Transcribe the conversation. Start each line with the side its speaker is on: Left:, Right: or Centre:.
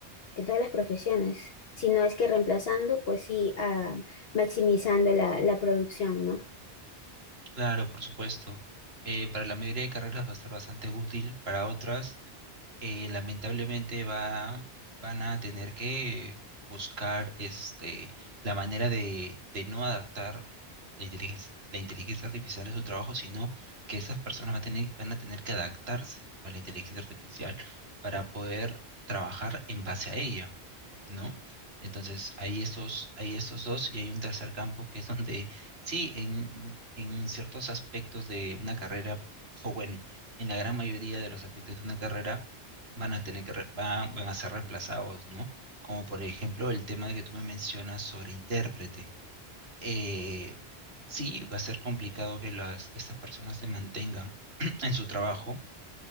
Left: en todas las profesiones, si no es que reemplazando, pues sí, ah, maximizando la, la producción, ¿no?
Right: claro, por supuesto. eh, para la mayoría de carreras va a ser bastante útil, para otras eh, lamentablemente va, van a tener que buscar este, la manera de, de no adaptar la inteligencia, la inteligencia artificial a su trabajo, sino que esas personas va a tener- van a tener que adaptarse a la inteligencia artificial para poder trabajar en base a ella, ¿no? Entonces, hay estos, hay estos dos y hay un tercer campo que es donde sí, en, en ciertos aspectos de una carrera, o bueno, en la gran mayoría de los aspectos de una carrera, van a tener que re- van, van a ser reemplazados, ¿no? Como por ejemplo el tema de que tú me mencionas sobre intérprete. Eh, sí, va a ser complicado que las, estas personas se mantengan <clears throat> en su trabajo,